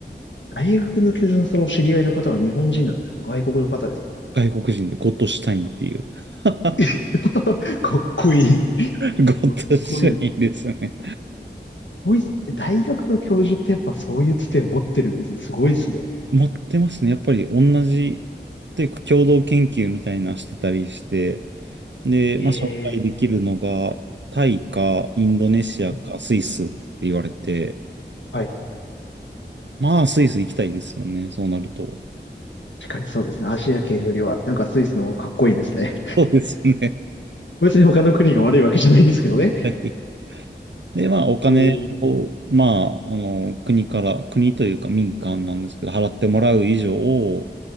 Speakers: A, on the left; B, on the right.
A: 大学の教授のその知り合いの方は日本人なんですか外国の方ですか
B: 外国人でゴッドシュタインっていう <laughs> ゴ
A: <laughs> かっこいい。
B: ッドシュタインですね。
A: かっこいい。すごいっすえ大学の教授ってやっぱそういうつて持ってるんですね。すごいですね。
B: 持ってますね。やっぱり同じ、というか共同研究みたいなしてたりして、で、
A: え
B: まあ、紹介できるのが、タイか、インドネシアか、
A: ー、
B: スイスって言われて、
A: はい。
B: まあ、スイス行きたいですよね、そうなると。
A: 確かにそうですね。アジア圏よりは、なんかスイスの方がかっこいいですね。
B: そうですよね。
A: 別に他の国が悪いわけじゃないんですけどね。
B: はい。で、まあ、お金を、
A: えー、
B: まあ、あの、国から、国というか民間なんですけど、払ってもらう以上を、